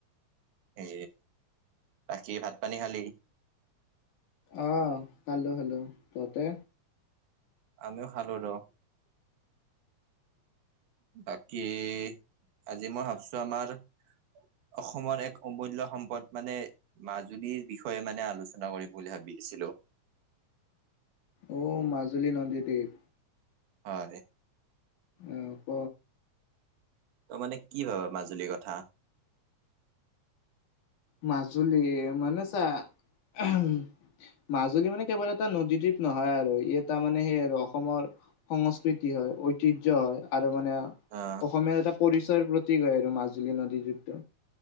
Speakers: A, on the right (about 75°); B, on the left (about 75°).
A: এ বাকী <inaudible> ভাত-পানী খালি?
B: আহ খালো-খালো। তহঁতে?
A: আমিও খালো ৰ <unintelligible> বাকী আজি মই ভাবিছো আমাৰ <inaudible> অসমৰ এক অমূল্য সম্পদ মানে মাজুলীৰ বিষয়ে মানে আলোচনা কৰিম বুলি ভাবি ছিলো।
B: অ মাজুলী নদীদ্বীপ।
A: হয় <inaudible>
B: অঁ ক।
A: ত‌ই মানে কি ভাবা মাজুলীৰ কথা?
B: মাজুলী মানে ছা <unintelligible> উম মাজুলী মানে কেৱল এটা নদীদ্বীপ নহয় আৰু। ই এটা মানে সেই আৰু অসমৰ সংস্কৃতি হয়, ঐতিহ্য হয় আৰু মানে
A: আহ
B: অসমীয়াৰ এটা পৰিচয়ৰ প্ৰতীক হয় আৰু মাজুলী নদীদ্বীপটো।